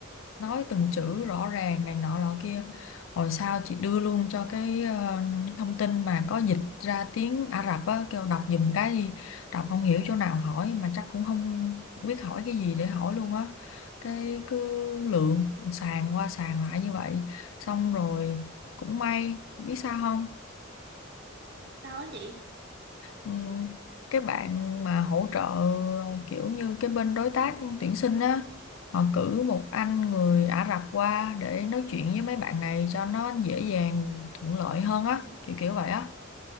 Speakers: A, on the left (about 70°); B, on the right (about 55°).
A: nói từng chữ rõ ràng này nọ lọ kia hồi sau chị đưa luôn cho cái ờ, thông tin mà có dịch ra tiếng Ả Rập á kêu đọc giùm cái đi đọc không hiểu chỗ nào hỏi mà chắc cũng không biết hỏi cái gì để hỏi luôn á cái cứ lượn sàn qua sàn lại như vậy xong rồi cũng may biết sao không
B: sao á chị
A: Ừ, cái bạn mà hỗ trợ kiểu như cái bên đối tác tuyển sinh á họ cử một anh người Ả Rập qua để nói chuyện với mấy bạn này cho nó dễ dàng thuận lợi hơn á kiểu kiểu vậy á